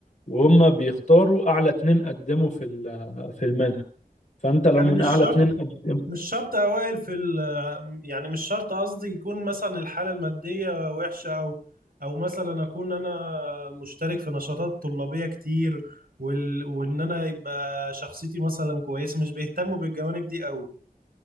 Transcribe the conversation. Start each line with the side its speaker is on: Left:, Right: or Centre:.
Left: وهم بيختاروا أعلى اتنين قدموا في ال- في المنحة فأنت لو
Right: يعني
Left: من
Right: مش
Left: أعلى
Right: شرط
Left: اتنين قدموا
Right: مش شرط أوائل في ال يعني مش شرط قصدي يكون مثلا الحالة المادية وحشة أو أو مثلا أكون أنا مشترك في نشاطات طلابية كتير وال وإن أنا يبقى شخصيتي مثلا كويسة مش بيهتموا بالجوانب دي أوي